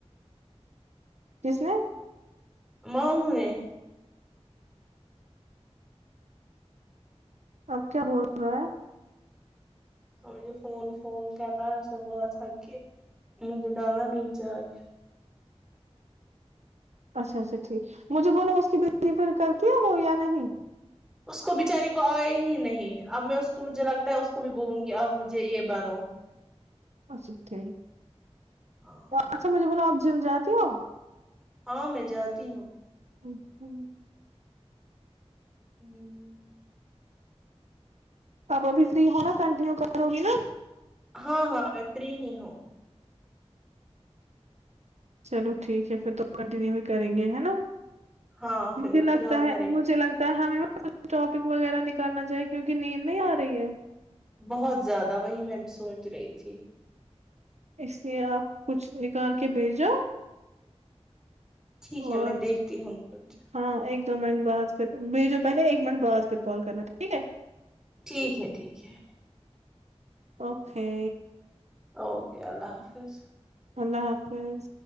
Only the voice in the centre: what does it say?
ماموں نے
اور مجھے فون فون کر رہا ہے اس نے بولا تھا کہ مجھے ڈالنا ریچارج
اس کو بچاری کو آئے ہی نہیں اب میں اس کو مجھے لگتا ہے اس کو بھی بولوں گی اب مجھے یہ ڈالو
ہاں
ہاں میں جاتی ہوں
ہوں
ہاں ہاں میں فری ہی ہوں
ہاں فی
فی الحال
کریں گے
بہت زیادہ وہی میں بھی سوچ رہی تھی
ٹھیک ہے
میں دیکھتی ہوں کچھ
ٹھیک ہے ٹھیک ہے
اوکے اللہ حافظ